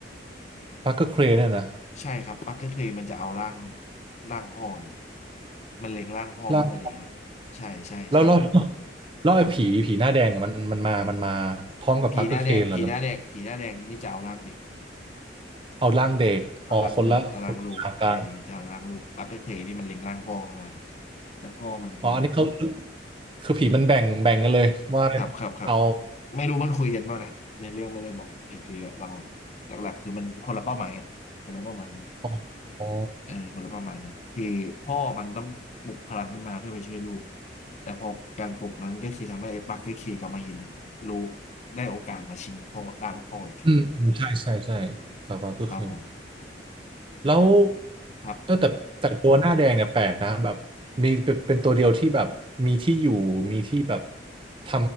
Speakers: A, on the right; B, on the left.
A: ปักเกอร์เครนเนี่ยนะ
B: ใช่ครับปักเกอร์เคลย์มันจะเอาร่างร่างพ่อเนี่ยมันเล็งร่างพ่อมาตั้งแต่เด็กละ
A: ล่า
B: ใช่ใช่ใช่
A: แล้วแล้วแล้วแล้วไอ้ผีผีหน้าแดงอะมันมันมามันมาพร้อมกับปักเกอร์เครนเหรอหรือ
B: ผีหน้าแดงผีหน้าแดงผีหน้าแดงนี่จะเอาร่างเด็ก
A: เอาร่างเด็กอ๋อคนละคนละอย่างการ
B: เอาร่างลูกเอาร่างลูกเออจะเอาร่างลูกปักเกอร์เคลนี่มันเล็งร่างพ่อมากแล้วพ่อมันคือ
A: อ๋ออันนี้เขาคือผีมันแบ่งแบ่งกันเลยว่า
B: ครับครับครับ
A: เอา
B: ไม่รู้มันคุยกันบ้างนะในเรื่องไม่ได้บอกเออคือหลักหลักหลักๆคือมันคนละเป้าหมายกันคนละเป้าหมายกัน
A: อ๋ออ๋อ
B: เออคนละเป้าหมายกันคือพ่อมันต้องปลุกพลังขึ้นมาเพื่อไปช่วยลูกแต่พอการปลุกนั้นก็คือทำให้ไอ้ปักเกอร์เคลกลับมาเห็นลูกได้โอกาสมาชิงพ่อร่างพ่ออีก
A: อืมอืมใช่ใช่ใช่ปักเกอร์เครน
B: ครับผม
A: แล้ว
B: ครับ
A: เออแต่แต่ตัวหน้าแดงเนี่ยแปลกนะแบบมีเป็นเป็นตัวเดียวที่แบบมีที่อยู่มีที่แบบท